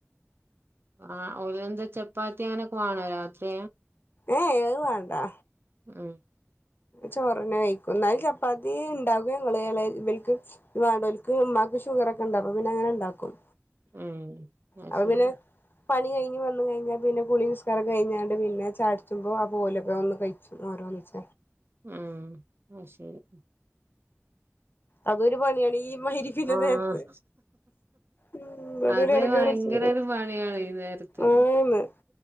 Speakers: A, on the right; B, on the left.
A: ആ ഉലന്ത ചപ്പാത്തി അങ്ങനൊക്കെ വണോ രാത്രി
B: ഏ ഏത് വേണ്ടാ
A: ആഹ
B: ചോറ്നെ കഴിക്കും എന്നാലും ചപ്പാത്തി ഉണ്ടാകും ഞങ്ങള്ൾ ഇളൽക്ക് വടോൽക്ക് ഷുഗർ ഒക്കെ ഉണ്ട് പിന്നെ അങ്ങനെ ഉണ്ടാക്കും
A: ഉം അ
B: അപ്പൊ
A: ശരിരി
B: പിന്നെ പണി കഴിഞ്ന്നു കഴിഞ്ഞാ പിന്നെ കുളി നിസ്കാരം കഴിഞ്ഞാണ്ട് പിന്നെ ചാടിച്ചുമ്പോ ആ പോലൊക്കെ ഒന്ന് കഴിച്ചു ഓ ച്ച
A: ആഹ ആ ശരി
B: അതൊരു പണിയാണ് ഈ മരിപ്പിന്
A: ആഹ്
B: പോക്ക് ഉ അതൊരു
A: അത്
B: എടങ്ങേറടിച്ച്
A: ഭയങ്കര ഒരു പണിയാണ് ഈ നേരത്ത്
B: ആന്ന്